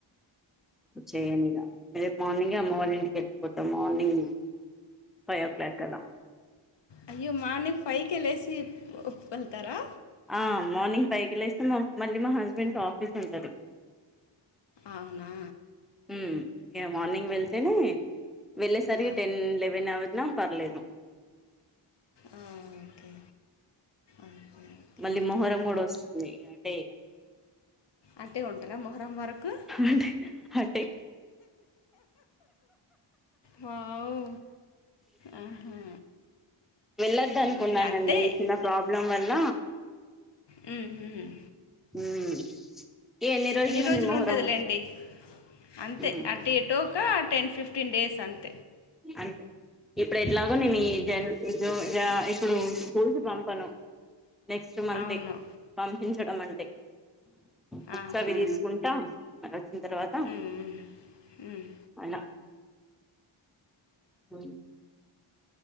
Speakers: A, in the centre; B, on the left.
A: చేయలె ఇగ. రేపు మార్నింగే అమ్మ వాళ్ళ ఇంటికి వెళ్ళిపోతం మార్నింగ్. ఫైవ్ ఓ క్లాక్ అలా.
B: అయ్యో మార్నింగ్ హాయ్ కే లేసి వెళ్తారా.
A: ఆ మార్నింగ్ ఫైవ్ కి లేస్తే మళ్లీ మా హస్బెండ్ ట్రాఫిక్ అంటారు.
B: అవునా.
A: ఉమ్ ఇక మార్నింగ్ వెళ్తేనే వెళ్ళేసరికి
B: ఆ,
A: టెన్ లెవెన్ అవర్. పర్లేదు.
B: ఆ, ఓకే ఓకే ఓకే
A: మళ్ళీ
B: అలానా
A: మొహరం కూడా వస్తుంది అంటే.
B: అంటే ఉంటారా మొహరం వరకు.
A: అంటే అటే.
B: వావ్ ఆహా.
A: వెళ్లొద్దు
B: ఆ,
A: అనుకున్నానండి
B: ఇక అంతే
A: చిన్న ప్రాబ్లం వల్ల.
B: హ్మ్.
A: హ్మ్ ఈ ఎన్ని రోజులుంది
B: రోజులు
A: మొహరం.
B: ఉంటుందిలేండి అంతే
A: మ్మ్
B: అటు ఎటో ఒక టెన్ ఫిఫ్టీన్ డేస్ అంతే.
A: అంటే ఇప్పుడు ఎట్లాగో నెన్
B: ఉమ్,
A: ఈ జన్ ఈజో. జు ఇప్పుడు స్కూల్స్ పంపను. నెక్స్ట్ మంత్
B: అవును
A: పంపించడం అంటే‌. బుక్స్
B: ఆహా
A: అవి తీసుకుంటా వాళ్ళు వచ్చిన తర్వాత.
B: ఉమ్, ఉమ్.
A: అలా. అ.